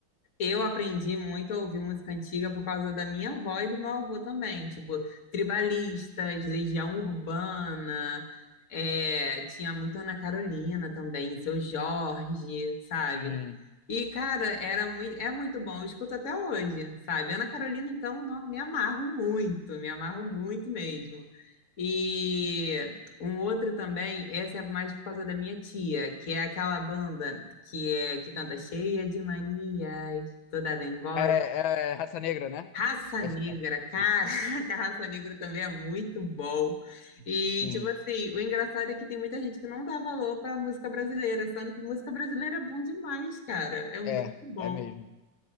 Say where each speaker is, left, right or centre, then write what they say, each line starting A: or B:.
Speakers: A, on the left; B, on the left.
A: Eu aprendi muito a ouvir música antiga por causa da minha avó e do meu avô também. Tipo, Tribalistas, Legião Urbana, é, tinha muito Ana Carolina também, Seu Jorge, sabe?
B: Sim.
A: E, cara, era muito, é muito bom, eu escuto até hoje, sabe? Ana Carolina, então, nó- me amarro muito, me amarro muito mesmo. E um outro também, essa é mais por causa da minha tia, que é aquela banda que é que canta cheia de manias toda dengosa.
B: É, é raça negra, né?
A: Raça
B: Acho
A: Negra,
B: que é
A: cara,
B: isso.
A: <laughs> que a Raça Negra também é muito bom. E,
B: Sim,
A: tipo assim, o engraçado é que tem muita gente que não dá valor pra música brasileira, sendo que música brasileira é bom demais, cara. É muito
B: é,
A: bom.
B: é mesmo.